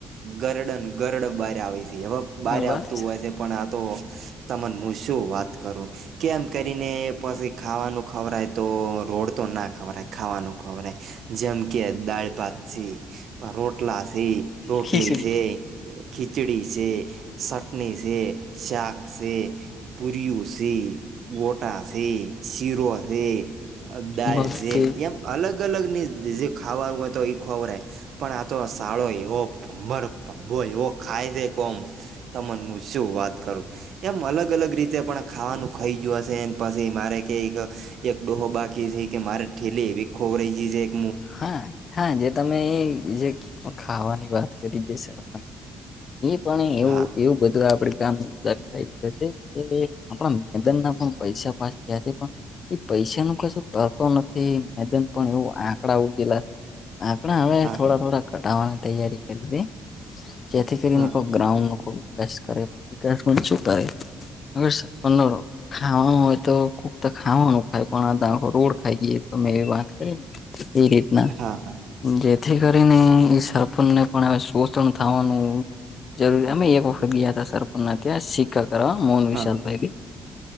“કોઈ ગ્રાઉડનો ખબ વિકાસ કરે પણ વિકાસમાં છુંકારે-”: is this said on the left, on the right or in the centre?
Left